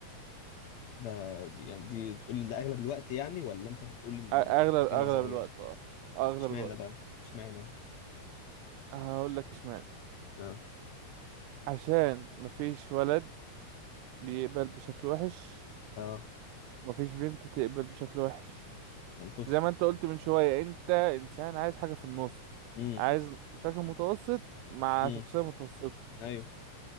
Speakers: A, on the left (about 70°); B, on the right (about 80°).
A: ده دي يعني دي بتقول لي ده اغلب الوقت يعني ولا انت بتقول ان
B: أ- اغلب
A: دي
B: اغلب
A: نظريه
B: الوقت اه اغلب
A: اشمعنى
B: الوقت
A: بقى اشمعنى
B: هقول لك اشمعنى
A: اه
B: عشان مفيش ولد بيقبل بشكل وحش
A: اه
B: مفيش بنت تقبل بشكل وحش
A: منطقي
B: زي ما انت قلت من شوية انت انسان عايز حاجة في النص
A: امم
B: عايز شكل متوسط مع
A: امم
B: شخصية متوسطة
A: ايوه